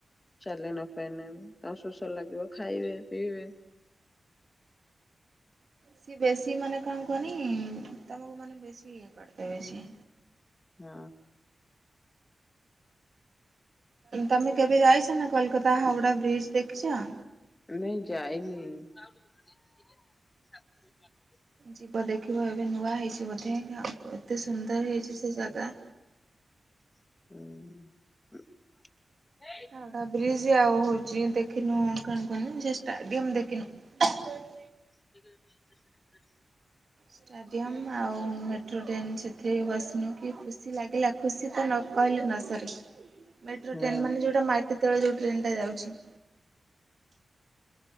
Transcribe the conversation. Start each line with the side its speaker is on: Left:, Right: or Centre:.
Left: ଚାଲି ନପାଇନେ ତାକୁ ଶୋଷ ଲାଗିବ ଖାଇବେ ପିଇବେ।
Right: ସିଏ ବେଶୀ ମାନେ କଣ କୁଅନି ତମକୁ ମାନେ ବେଶୀ ଇ କରିଦେବେ ସିଏ।
Left: ହଁ।
Right: ତମେ କେବେ ଯାଇଛ ନା କୋଲକତା ହାଓଡା ବ୍ରିଚ୍ ଦେଖିଚ।
Left: ନାଇଁ ଯାଇନି। <unintelligible>
Right: ଯିବ ଦେଖିବ ଏବେ ନୂଆ ହେଇଚି ବୋଧେ। ଏତେ ସୁନ୍ଦର ହେଇଛି ସେ ଜାଗା
Left: ହୁଁ
Right: ହଉଡା ବ୍ରିଜି ଆଉ ହ ଯିଏ ଦେଖିନୁ କଣ କନି? ଚେଷ୍ଟାମ ଦେଖିନୁ
Left: <inaudible>
Right: ଷ୍ଟାଡିୟମ ଆଉ ମେଟ୍ରୋ ଟ୍ରେନ୍ ସେଥିରେ ବସିନୁ କି ଖୁସି ଖୁସି ଲାଗିଲା ଖୁସି ତ ନ କହିଲ ନର୍ଜରେ ମେଟ୍ରୋ
Left: ହୁଁ
Right: ଟ୍ରେ ମାନେ ଯଉଟା ଯେତେବେଳେ ଯୋଉ ଟ୍ରେନ୍ ଟା ଯାଉଛି।